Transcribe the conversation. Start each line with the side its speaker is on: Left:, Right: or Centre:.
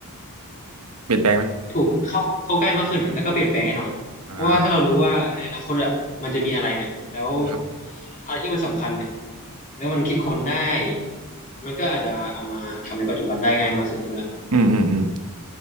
Right: เปลี่ยนแปลงไหม
Left: ถูกเข้าเข้าใกล้มากขึ้นอะแล้วก็เปลี่ยนแปลงแน่นอนเพราะว่าถ้าเรารู้ว่าในอนาคตอะมันจะมีอะไรเนี่ยแล้ว
Right: อ่าครับ
Left: อะไรที่มันสำคัญเนี่ยแล้วมันคิดค้นได้มันก็อาจจะเอามาทำในปัจจุบันได้ง่ายมากขึ้นใช่ไหมล่ะ
Right: อืมอืมอืม